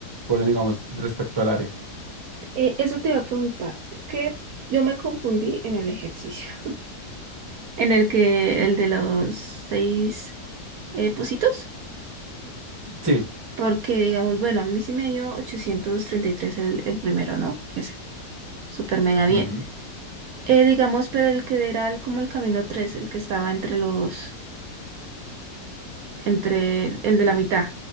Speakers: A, on the right; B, on the right.
A: fueron, digamos, respecto al área.
B: eh, eso te iba a preguntar, que yo me confundí en el ejercicio. <laughs> En el que, el de los seis eh, pocitos,
A: Sí.
B: porque digamos, bueno, a mí sí me dio 833 el, el primero, ¿no? Ese, súper mega bien.
A: ujú,
B: Eh, digamos, pero el que era el, como el camino 3, el que estaba entre los entre el, el de la mitad.